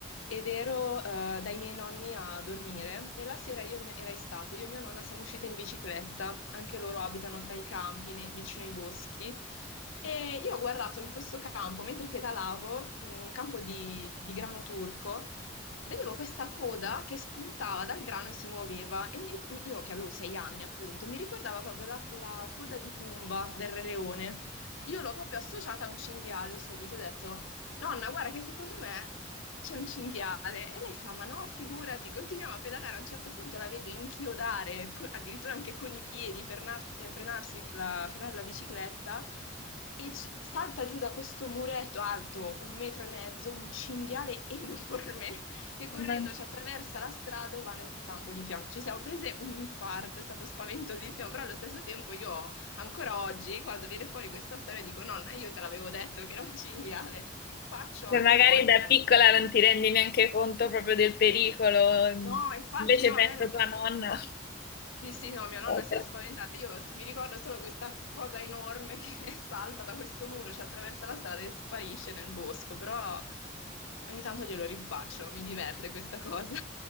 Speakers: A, on the left (about 85°); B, on the left (about 50°).
A: ed ero eh, dai miei nonni a dormire e la sera io e mia- era estate, io e mia nonna siamo uscite in bicicletta, anche loro abitano tra i campi, ne- vicino ai boschi. E io ho guardato in questo campo, mentre pedalavo, un campo di di grano turco, vedevo questa coda che spuntava dal grano e si muoveva e mi ric- mi- io che avevo sei anni appunto, mi ricordava proprio la, la coda di Pumba del Re Leone. Io l'ho proprio associata a un cinghiale subito, ho detto, nonna, guarda che secondo me c'è un cinghiale. E lei fa, ma no, figurati, continuiamo a pedalare, a un certo punto la vedo inchiodare, co- addirittura anche con i piedi, frenarsi, eh, frenarsi la, frenare la bicicletta e ci- salta giù da questo muretto alto un metro e mezzo, un cinghiale enorme che correndo
B: Mamma mia.
A: ci attraversa la strada e va nel campo di fianco. Ci siamo prese un infarto, è stato spaventosissimo, però allo stesso tempo io ancora oggi, quando viene fuori questa storia, dico nonna, io te l'avevo detto che era un cinghiale, lo faccio
B: Cioè,
A: ogni
B: Magari
A: volta.
B: da piccola non ti rendi neanche conto proprio del pericolo,
A: No, infatti
B: invece
A: no,
B: penso
A: a me non...
B: tua nonna.
A: Sì, sì, no, mia nonna
B: povera.
A: si era spaventata. Io s- mi ricordo solo questa cosa enorme che <laughs> salta da questo muro, ci attraversa la strada e sparisce nel bosco, però ogni tanto glielo rinfaccio, mi diverte questa cosa.